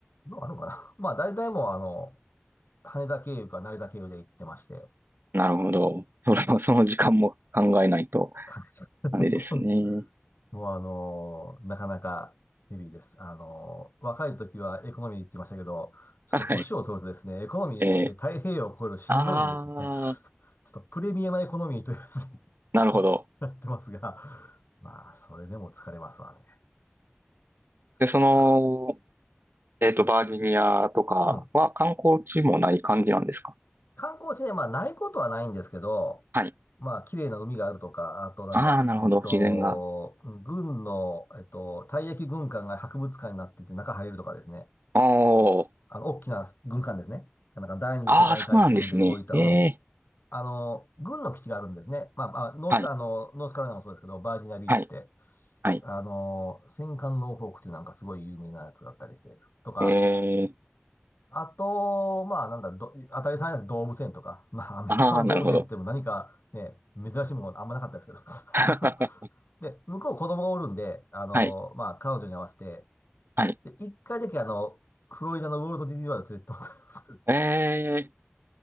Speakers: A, on the left; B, on the right.
A: 今あるのかな <laughs> まあ大体もうあの、羽田経由か成田経由で行ってまして、
B: なるほど。それは、その時間も考えないと、
A: 関係者
B: あれですね。
A: <laughs> もうあのーなかなかヘビーです。あのー若い時はエコノミーって言ってましたけど、ちょっと年を取るとですね、
B: はい。
A: エコノミーで太平洋を越えるしんどいんでですね、
B: えー、ああ、
A: <laughs> ちょっとプレミアムエコノミーというやつに
B: なるほど。
A: <laughs> なってますが、まあ、それでも疲れますわね。
B: で、その、
A: さっす。
B: えっと、バージニアとかは観光地もない感じなんですか
A: うん。観光地ね、まあ、ないことはないんですけど、
B: はい。
A: まあ、綺麗な海があるとか、あとなんだ、
B: ああ、なるほど。
A: えっと、
B: 自然が。
A: うん軍の、えっと、退役軍艦が博物館になってて中入るとかですね。
B: おー。
A: あの、大きな軍艦ですね。なんか第二次世界大戦で動いた、
B: ああ、そうなんですね。ええ、
A: うん。あの、軍の基地があるんですね。まあ、まあ、ノースカ、
B: はい、
A: あの、ノースカロライナもそうですけど、バージニアビーチって、
B: はい、はい。
A: あの、戦艦ノーフォークっていうなんかすごい有名なやつがあったりして、とか、
B: ええ、
A: あと、まあ、なんだ、ど、当たり前なん動物園とか、まあ、アメリカの動物園っても何かね、
B: ああ、なるほど。
A: 珍しいものあんまなかったですけど。<laughs>
B: <laughs> は
A: あので、向こう子供がおるんで、あの、
B: い、
A: まあ、彼女に合わせて、
B: はい。
A: で、一回だけあの、フロリダのウォルト・ディズニーワールド連れてってもらったんです。
B: ええ